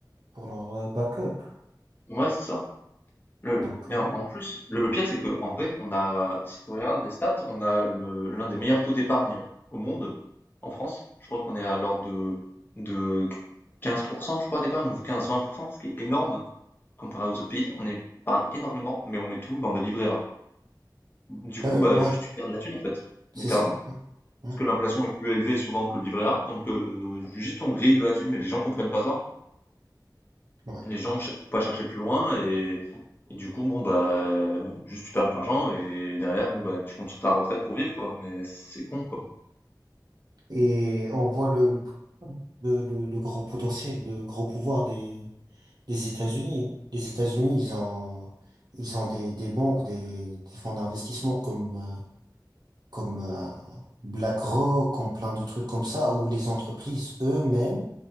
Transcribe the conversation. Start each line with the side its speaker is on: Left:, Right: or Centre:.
Right: pour leur euh, backup.
Left: Bah ouais, c'est ça. Le
Right: Donc,
Left: et
Right: euh,
Left: en en plus, le le pire, c'est que en vrai, on a si tu regardes les stats, on a le l'un des meilleurs taux d'épargne au monde, en France. Je crois qu'on est à l'ordre de de 15 je crois, d'épargne ou 15-20 ce qui est énorme comparé aux autres pays. On épargne énormément, mais on met tout dans des livrets A. Du
Right: t'as
Left: coup,
Right: vu?
Left: bah,
Right: Ouais,
Left: juste tu perds de la thune, en fait,
Right: c'est
Left: littéralement.
Right: ça. Ouais, ouais,
Left: Parce que l'inflation est plus élevée souvent que le livret A, donc euh, juste on grille de la thune, mais les gens comprennent pas ça.
Right: ouais.
Left: Les gens ch pas chercher plus loin et et du coup, bon, bah, juste tu perds de l'argent et derrière, bon, bah, tu comptes sur ta retraite pour vivre, quoi. Mais c'est con, quoi.
Right: Et on voit le, le, le, le- le gros potentiel, le gros pouvoir des, des États-Unis. Les États-Unis, ils ont, ils ont des, des banques, des, des fonds d'investissement comme euh, comme euh, BlackRock, comme plein de trucs comme ça, où les entreprises eux-mêmes,